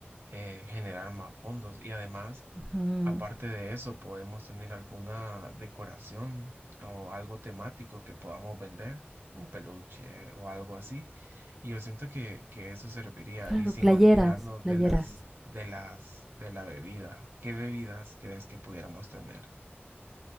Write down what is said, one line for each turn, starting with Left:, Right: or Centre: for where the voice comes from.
Right: eh, generar más fondos y además
Centre: Ujú.
Right: Aparte de eso, podemos tener alguna decoración o algo temático que podamos vender, un peluche o algo así. Y yo siento que, que eso serviría.
Centre: Claro,
Right: Y sin
Centre: playeras,
Right: olvidarnos
Centre: playeras.
Right: de las, de las, de la bebida. ¿Qué bebidas crees que pudiéramos tener?